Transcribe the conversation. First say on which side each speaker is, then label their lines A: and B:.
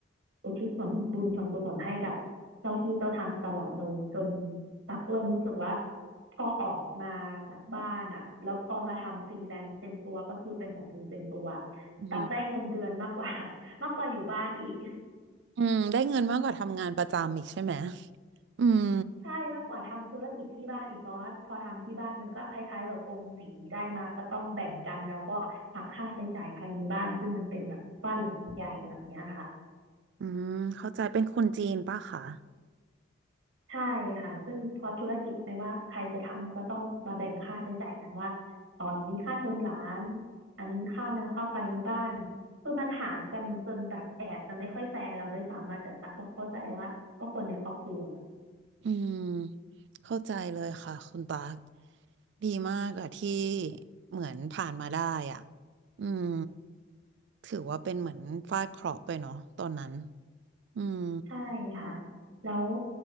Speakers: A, on the right; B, on the right.
A: อุทิศส่วนบุญส่วนกุศลให้กับเจ้าที่เจ้าทางตลอดเลยจนตักเริ่มรู้สึกว่าพอออกมาจากบ้านอ่ะแล้วพอมาทำฟรีแลนซ์เต็มตัวก็คือเป็นหมอดูเต็มตัว
B: อืม
A: ตักได้เงินเดือนมากกว่า <laughs> มากกว่าอยู่บ้านอีก
B: อืมได้เงินมากกว่าทำงานประจำอีกใช่ไหมอืม
A: ใช่มากกว่าทำธุรกิจที่บ้านอีกเพราะว่าพอทำที่บ้านมันก็คล้ายๆแบบกงสีได้มาก็ต้องแบ่งกันแล้วก็หักค่าใช้จ่ายภายในบ้านซึ่งมันเป็นแบบบ้านหลังใหญ่แบบเนี้ยค่ะ
B: อืมเข้าใจเป็นคนจีนป่ะคะ
A: ใช่ค่ะซึ่งพอธุรกิจไม่ว่าใครจะทำก็ต้องมาแบ่งค่าใช้จ่ายกันว่าอ๋อนี้ค่าเทอมหลานอันนี้ค่าน้ำค่าไฟในบ้านคือมันหารกันจนแบบแอบจะไม่ค่อยแฟร์เราด้วยซ้ำมาแต่ตักก็เข้าใจว่าก็คนในครอบครัว
B: อืมเข้าใจเลยค่ะคุณตา ดีมากอะที่เหมือนผ่านมาได้อ่ะ อืม ถือว่าเป็นเหมือนฟาดเคราะห์ไปเนาะตอนนั้นอืม
A: ใช่ค่ะแล้ว